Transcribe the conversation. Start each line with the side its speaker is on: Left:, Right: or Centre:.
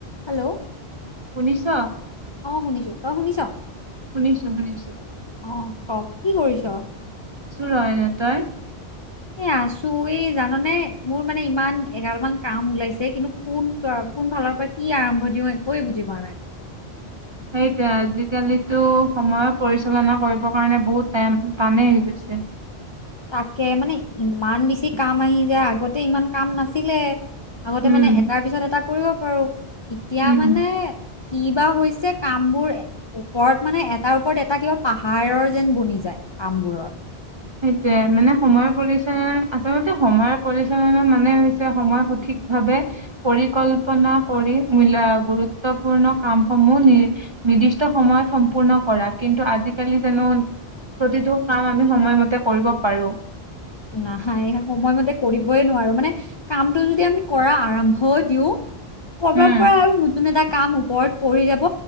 Left: Hello
Right: শুনিছ?
Left: অ শুনিছো তই শুনিছ।
Right: শুনিছো শুনিছো।
Left: অ ক কি কৰিছ।
Right: ৰনে তই
Left: এ আছো এই জানানে মোৰ মানে ইমান এগালমান কাম ওলাইছে কিন্তু কোন ক ভালৰ পৰা কি আৰম্ভ দিও একোৱে বুজি পোৱা নাই।
Right: <inaudible> সেইটোে আজিকালিতো সময়ৰ পৰিচালনা কৰিব কাৰণে বহুত টাইম টানেই হৈ গৈছে। উ
Left: তাকে মানে ইমান বেছি কাম আহি যায় আগতে ইমান কাম নাছিলে। আগতে
Right: উম
Left: মানে এটাৰ পিছত এটা কৰিব পাৰো এতিয়া
Right: উম
Left: মানে। কি বা হৈছে কাম বোৰ ওপৰত মানে এটাৰ ওপৰত এটা কিবা পাহাৰৰ যেন বনি যায়। কামবোৰৰ
Right: সেইটোয়ে মানে সময়ৰ পৰিচালননা আচলতে সময়ৰ পৰিচালনা মানে হৈছে সময় সঠিক। ভাৱে পৰিকল্পনা কৰি মূল গুৰুত্বপূৰ্ণ কামসমূহ নি নিৰ্দিষ্ট সময়ত সম্পূৰ্ণ কৰা কিন্তু আজিকালি জানো প্ৰতিটো কাম আমি সময়মতে তেতিয়া কৰিব পাৰোঁ।
Left: নাহাই নহয় সময়মতে কৰিবই নোৱাৰো মানে কামটো যদি আমি কৰা আৰম্ভ দিওঁ কৰবাৰ
Right: উম
Left: পৰা আৰু নতুন এটা কাম ওপৰত পৰি যাব